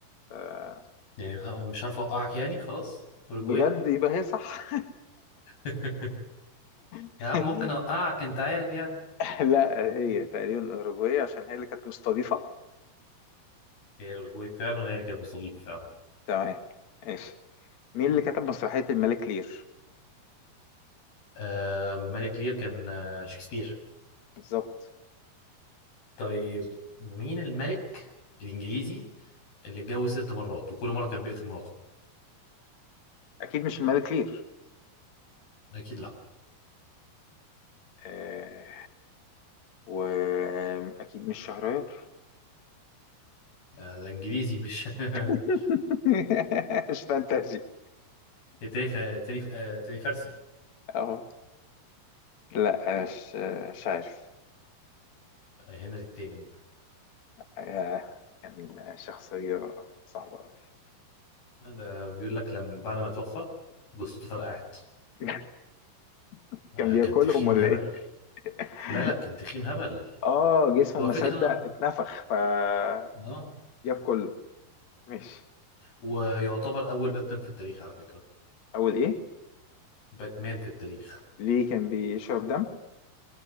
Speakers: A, on the left (about 50°); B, on the left (about 75°).
A: آه
B: يعني خ- مش عارف أوقعك يعني خلاص أوروجواي
A: بجد يبقى هي صح
B: <laughs>
A: <laughs>
B: يا عم ممكن أوقعك أنت عارف يعني
A: <laughs> لا هي تقريبا الأوروجواي عشان هي اللي كانت مستضيفة
B: هي الأوروجواي فعلا وهي اللي كانت مستضيف فعلا
A: تمام ماشي مين اللي كتب مسرحية الملك لير
B: آه ملك لير كان آه شكسبير
A: بالظبط
B: طيب مين الملك الإنجليزي اللي اتجوز ست مرات وكل مرة كان بيقتل مراته
A: أكيد مش الملك لير
B: أكيد لأ
A: آه... وأكيد مش شهريار
B: آه، ده إنجليزي مش <laughs>
A: <laughs> مش فانتازي <laughs>
B: تاني ف... تاني ف... آه، تاني فارسي
A: أهو لا مش مش عارف
B: آه، هنري الثامن
A: آه، كان شخصية صعبة أوي
B: ده بيقول لك لما بعد ما توفى جثته فرقعت
A: <laughs>
B: آه،
A: كان بياكلهم
B: كان تخين
A: ولا
B: هبل
A: إيه؟ <laughs>
B: لا لا كان تخين هبل
A: آه جسمه
B: هو
A: ما
B: فكرة
A: صدق
B: أنا
A: اتنفخ فجاب
B: آه
A: كله ماشي
B: ويعتبر أول باتمان في التاريخ على فكرة
A: أول إيه؟
B: باتمان في التاريخ
A: ليه كان بيشرب دم